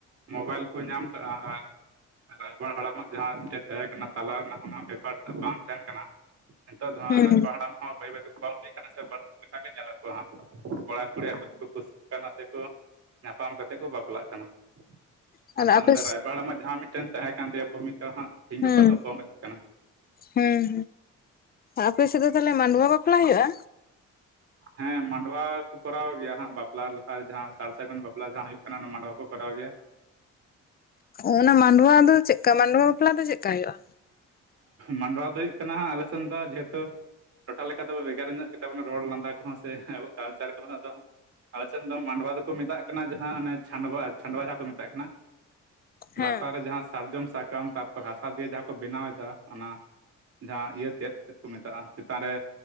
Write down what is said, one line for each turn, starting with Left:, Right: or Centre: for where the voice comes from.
Right: ᱢᱳᱵᱟᱭᱤᱞ ᱠᱚ ᱧᱟᱢ ᱟᱠᱟᱜᱼᱟ ᱟᱨ ᱨᱟᱭᱵᱟᱨ ᱦᱟᱲᱟᱢᱟᱜ ᱡᱟᱦᱟᱸᱴᱮᱡ ᱛᱟᱦᱮᱸ ᱠᱟᱱᱟ ᱛᱟᱞᱟ ᱨᱮᱱᱟᱜ ᱚᱱᱟ ᱵᱮᱯᱟᱨ ᱴᱟᱜ ᱵᱟᱝ ᱛᱟᱦᱮᱱ ᱠᱟᱱᱟ ᱾ ᱱᱤᱛᱚᱜ ᱫᱚ ᱦᱟᱸᱜ
Left: ᱦᱩᱸ
Right: ᱨᱟᱭᱵᱟ ᱦᱟᱲᱟᱢ ᱦᱚᱸ ᱵᱟᱹᱭ ᱵᱟᱹᱭ ᱛᱮᱠᱚ ᱵᱟᱢ ᱤᱫᱤᱜ ᱠᱟᱱᱟ ᱥᱮ ᱵᱟᱹᱱᱩᱜ ᱞᱮᱠᱟᱜ ᱜᱮ ᱧᱮᱞᱚᱜ ᱠᱚᱣᱟ ᱦᱟᱸᱜ ᱾ ᱠᱚᱲᱟ ᱠᱩᱲᱤ ᱟᱠᱚ ᱛᱮᱠᱚ ᱠᱩᱥᱤᱜ ᱠᱟᱱᱟ ᱥᱮᱠᱚ ᱧᱟᱯᱟᱢ ᱠᱟᱛᱮ ᱠᱚ ᱵᱟᱯᱞᱟᱜ ᱠᱟᱱᱟ ᱾
Left: ᱦᱮᱸ
Right: ᱟᱫᱚᱷᱟ
Left: ᱟᱨ ᱟᱯᱮ
Right: ᱱᱚᱸᱰᱮ ᱨᱟᱭᱵᱟᱨ ᱦᱟᱲᱟᱜ ᱡᱟᱦᱟᱸ ᱢᱤᱫᱴᱮᱱ ᱛᱟᱦᱮᱸ ᱠᱟᱱ ᱛᱟᱭᱟ ᱵᱷᱩᱢᱤᱠᱟ ᱦᱟᱸᱜ ᱛᱷᱤᱧ
Left: ᱦᱮᱸ
Right: ᱜᱟᱯᱟ ᱫᱚ ᱠᱚᱢ ᱦᱤᱡᱩᱜ ᱠᱟᱱᱟ ᱾
Left: ᱦᱮᱸ ᱟᱯᱮ ᱥᱮᱫ ᱫᱚ ᱛᱟᱦᱚᱞᱮ ᱢᱟᱰᱣᱟ ᱵᱟᱯᱞᱟ ᱦᱩᱭᱩᱜᱼᱟ?
Right: ᱦᱮᱸ ᱢᱟᱰᱣᱟ ᱠᱚ ᱠᱚᱨᱟᱣ ᱜᱮᱭᱟ ᱦᱟᱸᱜ ᱵᱟᱯᱞᱟ ᱞᱟᱦᱟ ᱨᱮ ᱡᱟᱦᱟᱸ ᱥᱟᱨ ᱥᱟᱹᱜᱩᱱ ᱵᱟᱯᱞᱟ ᱡᱟᱦᱟᱸ ᱦᱩᱭᱩᱜ ᱠᱟᱱᱟ ᱚᱱᱟ ᱢᱟᱰᱣᱟ ᱠᱚ ᱠᱚᱨᱟᱣ ᱜᱮᱭᱟ ᱾
Left: ᱚᱱᱟ ᱢᱟᱰᱣᱟ ᱫᱚ ᱪᱮᱫᱠᱟ ᱢᱟᱰᱣᱟ ᱵᱟᱯᱞᱟ ᱫᱚ ᱪᱮᱫ ᱠᱟ ᱦᱩᱭᱩᱜᱼᱟ?
Right: ᱢᱟᱰᱣᱟ ᱫᱚ ᱦᱩᱭᱩᱜ ᱠᱟᱱᱟᱸ ᱟᱞᱮ ᱥᱮᱱ ᱫᱚ ᱡᱮᱦᱮᱛᱩ ᱴᱚᱴᱷᱟ ᱞᱮᱠᱟ ᱫᱚᱚ ᱵᱷᱮᱜᱟᱨ ᱧᱚᱜ ᱜᱮᱛᱟᱵᱚᱱᱟ ᱨᱚᱲ ᱞᱟᱸᱫᱟ ᱠᱚᱦᱚᱸ ᱥᱮ ᱟᱵᱚ ᱠᱟᱞᱪᱟᱨ ᱠᱚᱦᱚᱸ ᱟᱫᱚ ᱟᱞᱮ ᱥᱮᱱ ᱫᱚ ᱢᱟᱰᱣᱟ ᱫᱚᱠᱚ ᱢᱮᱛᱟᱜ ᱠᱟᱱᱟ ᱡᱟᱦᱟᱸ ᱚᱱ ᱪᱷᱟᱰᱣᱟ ᱪᱷᱟᱰᱣᱟ ᱡᱟᱦᱟᱸ ᱠᱚ ᱢᱮᱛᱟᱜ ᱠᱟᱱᱟ ᱾
Left: ᱦᱮᱸ
Right: ᱞᱟᱛᱟᱨ ᱨᱮ ᱡᱟᱦᱟᱸ ᱥᱟᱨᱡᱚᱢ ᱥᱟᱠᱟᱢ ᱛᱟᱨᱯᱚᱨ ᱦᱟᱥᱟ ᱫᱤᱭᱮ ᱡᱟᱦᱟᱸ ᱠᱚ ᱵᱮᱱᱟᱣ ᱮᱫᱟ ᱚᱱᱟ ᱾ ᱡᱟᱦᱟᱸ ᱤᱭᱟᱹ ᱛᱮᱫ ᱪᱮᱫ ᱠᱚ ᱢᱮᱛᱟᱜᱼᱟ ᱪᱮᱛᱟᱱ ᱨᱮ